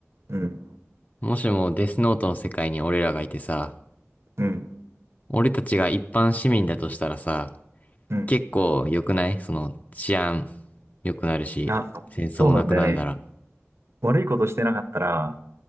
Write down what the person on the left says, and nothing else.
もしもデスノートの世界に俺らがいてさ、
俺たちが一般市民だとしたらさ、
結構良くないその治安良くなるし、
戦争もなくなるなら。